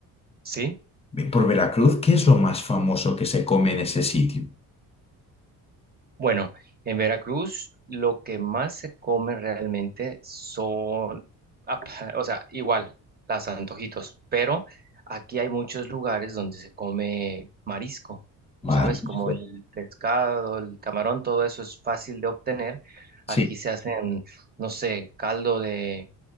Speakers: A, on the right (about 25°); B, on the left (about 15°).
A: Sí.
B: Ve- Por Veracruz, ¿qué es lo más famoso que se come en ese sitio?
A: Bueno, en Veracruz lo que más se come realmente son, ap- <laughs> o sea, igual, las antojitos, pero aquí hay muchos lugares donde se come marisco,
B: Marisco.
A: ¿sabes? Como el pescado, el camarón, todo eso es fácil de obtener. Aquí
B: Sí.
A: se hacen, no sé, caldo de